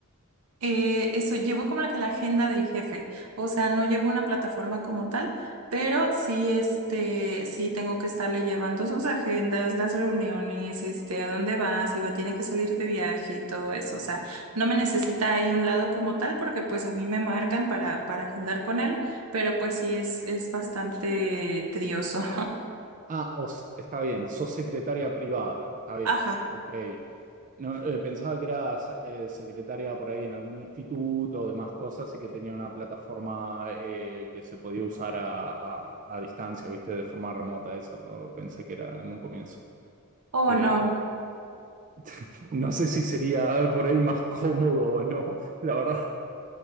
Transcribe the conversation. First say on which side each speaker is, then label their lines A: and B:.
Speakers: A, on the right; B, on the right.
A: Eh, eso, llevo como la que la agenda del jefe, o sea, no llevo una plataforma como tal, pero sí, este, sí tengo que estarle llevando sus agendas, las reuniones, este, a dónde va, si va, tiene que salir de viaje y todo eso, o sea, no me necesita ahí un lado como tal porque pues a mí me marcan para, para agendar con él, pero pues sí es, es bastante tedioso.
B: Ah, os- está bien, sos secretaria privada, está bien,
A: <laughs> Ajá.
B: ok. No, eh, pensaba que era eh, secretaria por ahí en algún instituto o demás cosas y que tenía una plataforma eh, que se podía usar a, a- a distancia, ¿viste? De forma remota, eso pensé que era en un comienzo.
A: Oh,
B: Eh,
A: no.
B: <laughs> no sé si sería por ahí más cómodo o no, la verdad.